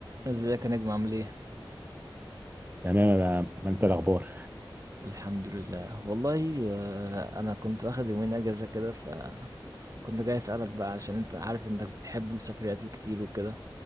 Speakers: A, on the right; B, on the right.
A: ازيك يا نجم عامل ايه؟
B: تمام يا عم ما انت الاخبار
A: الحمد لله والله آه، انا كنت واخد يومين اجازة كده ف كنت جاي اسألك بقى عشان انت عارف انك بتحب السفريات الكتير وكده